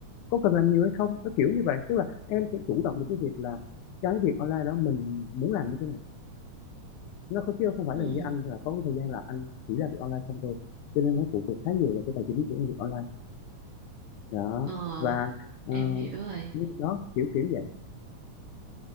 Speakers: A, on the left (about 80°); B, on the right (about 65°).
A: có cần làm nhiều hay không nó kiểu như vậy tức là em sẽ chủ động được cái việc là cái việc online đó mình muốn làm như thế nào nó không chứ không phải
B: Ừ.
A: là như anh là có cái thời gian là anh chỉ làm việc online không thôi cho nên nó phụ thuộc khá nhiều vào cái tài chính của việc online đó
B: Ờ,
A: và ờ,
B: em hiểu rồi.
A: đó kiểu kiểu vậy